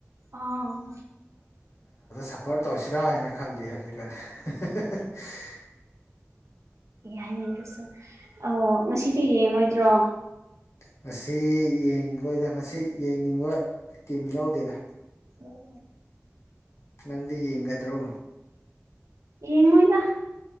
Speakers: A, on the right; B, on the left.
A: ꯑꯥ
B: ꯁꯞꯄꯣꯔꯠ ꯇꯧꯁꯤꯔꯥ ꯍꯥꯏꯅ <unintelligible>
A: ꯌꯥꯅꯦꯒꯁꯨ ꯑꯣ ꯉꯁꯤꯗꯤ ꯌꯦꯡꯉꯣꯏꯗ꯭ꯔꯣ
B: ꯉꯁꯤ ꯌꯦꯡꯂ ꯂꯣꯏꯗ ꯉꯁꯤ ꯌꯦꯡꯅꯤꯡꯕ ꯀꯤꯝ ꯌꯥꯎꯗꯦꯗ
A: ꯑꯣ
B: ꯅꯪꯗꯤ ꯌꯦꯡꯒꯗ꯭ꯔꯣ
A: ꯌꯦꯉꯣꯏꯗ